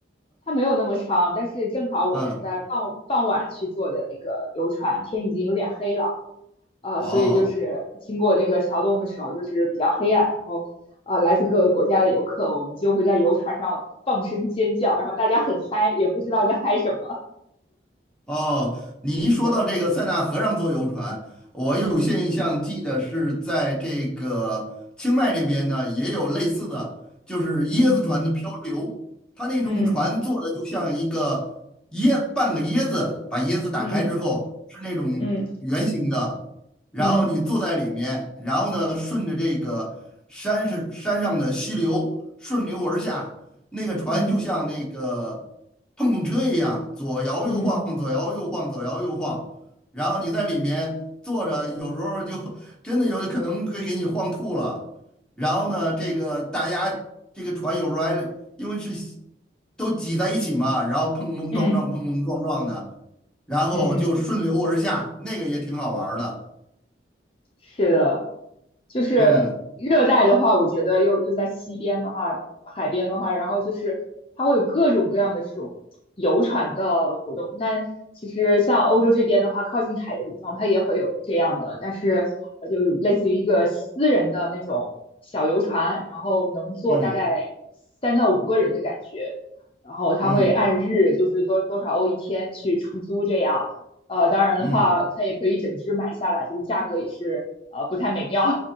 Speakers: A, on the left (about 30°); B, in the centre.
A: 它没有那么长，但是正好我是在傍傍晚去坐的那个游船，
B: 嗯，
A: 天已经有点黑了，呃，
B: 哦。
A: 所以就是经过那个桥洞的时候，就是比较黑暗，然后呃，来自各个国家的游客，我们就会在游船上放声尖叫，然后大家很嗨，也不知道在嗨什么。
B: 哦，你一说到这个塞纳河上坐游船，
A: 对，
B: 我有些印象记得是在这个清迈这边呢，
A: 嗯
B: 也有类似的，就是椰子船的漂流。
A: 嗯
B: 它那种船做的就像一个椰，
A: 嗯
B: 半个椰子，把椰子打开之后是那种圆形的，
A: 嗯嗯
B: 然后你坐在里面，
A: 嗯
B: 然后呢顺着这个山是山上的溪流顺流而下，那个船就像那个。
A: 嗯嗯
B: 碰碰车一样，左摇右晃，
A: 嗯
B: 左摇右晃，左摇右晃，然后你在里面坐着，有时候就 <laughs> 真的有可能会给你晃吐了。然后呢，这个大家这个船有时候还因为是都挤在一起嘛，然后碰碰撞撞，
A: 嗯。嗯嗯
B: 碰碰撞撞的，然后就顺流而下，
A: 嗯
B: 那个也挺好玩儿的。
A: 是的，就是热带的话，
B: 嗯
A: 我觉得又又在西边的话，海边的话，然后就是它会有各种各样的这种游船的活动。但其实像欧洲这边的话，靠近海的地方，它也会有这样的，但是呃就类似于一个私人的那种小游船，然后能坐大概三到五个人的感觉。
B: 嗯
A: 然后他会按日，
B: 嗯
A: 就是多多少欧一天去出租这样。呃，当然的话，
B: 嗯。
A: 它也可以整只买下来，这个价格也是呃不太美妙